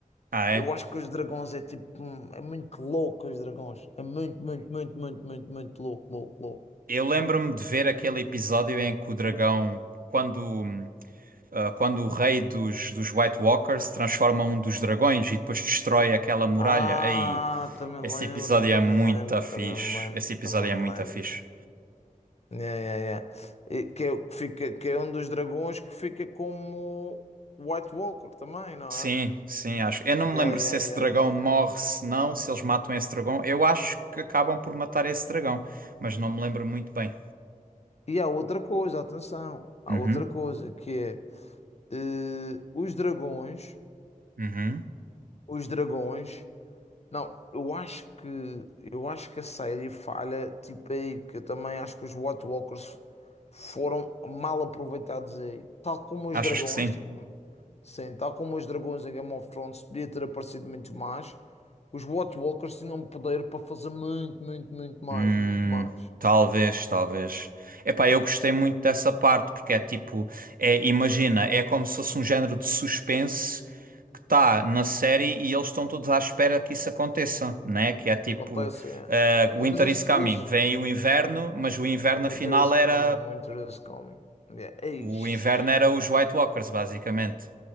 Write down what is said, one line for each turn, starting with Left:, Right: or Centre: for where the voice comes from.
Right: Ah,
Left: Eu
Right: é?
Left: acho que os dragões é tipo, hum, é muito louco os dragões. É muito, muito, muito, muito, muito, muito louco, louco, louco.
Right: Eu lembro-me de ver aquele episódio em que o dragão, quando, ah, quando o rei dos, dos White Walkers transforma um dos dragões e depois destrói aquela muralha.
Left: Ah,
Right: Aí,
Left: também
Right: esse
Left: lembro-me,
Right: episódio
Left: também
Right: é muito
Left: lembro,
Right: fixe.
Left: também me lembro,
Right: Esse episódio
Left: também me
Right: é muito
Left: lembro.
Right: fixe.
Left: Yeah, yeah, yeah. E que, é, o que fica, que é um dos dragões que fica como White Walker também, não
Right: Sim,
Left: é?
Right: sim, acho. Eu não
Left: Yeah,
Right: me lembro
Left: yeah,
Right: se esse
Left: yeah,
Right: dragão
Left: yeah, yeah.
Right: morre, se não, se eles matam esse dragão. Eu acho que acabam por matar esse dragão, mas não me lembro muito bem.
Left: E há outra coisa, atenção, há
Right: Uhum,
Left: outra coisa que é eh, os dragões,
Right: uhum.
Left: os dragões. Não, eu acho que eu acho que a série falha tipo aí, porque eu também acho que os White Walkers foram mal aproveitados aí, tal como os
Right: Achas
Left: dragões,
Right: que sim?
Left: tipo, sim, tal como os dragões em Game of Thrones podia ter aparecido muito mais. Os White Walkers tinham poder para fazer muito, muito, muito mais,
Right: Hum,
Left: muito mais.
Right: talvez, talvez. Epá, eu gostei muito dessa parte, porque é tipo, é, imagina, é como se fosse um género de suspense que está na série e eles estão todos à espera que isso aconteça, né? Que é tipo,
Left: O que acontece é,
Right: eh,
Left: mas
Right: Winter
Left: eles,
Right: is coming,
Left: eles
Right: vem aí o inverno, mas o inverno
Left: Winter
Right: afinal
Left: is coming,
Right: era,
Left: winter is coming. Yeah. Eish.
Right: o inverno era os White Walkers, basicamente.